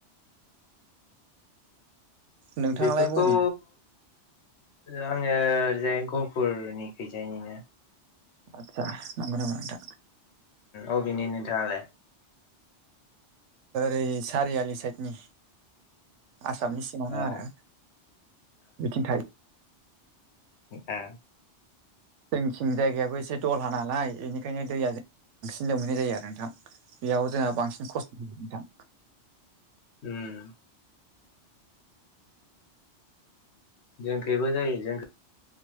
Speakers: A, on the right (about 80°); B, on the left (about 70°).
A: नोंथाङालाय
B: बेफोरखौ
A: बबेनि
B: आङो ओरैजाय गहफुरनिखैजायनिनो
A: आदसा नंगौ नामा नोंथां
B: अबेनि नोंथाङालाय
A: ओरै सारियालि साइडनि आसामनि सिङावनो
B: अ ओ
A: आरो बेथिं थायो
B: ए
A: जोंनिथिं जायगायाबो एसे दलहा नालाय बेनिखायनो दैया बांसिन लोमहैनाय जायो आरो नोंथां बेयाव जोंहा बांसिन खस्थ' होयो नोंथां
B: उम जोंखैबो जायो जोंखै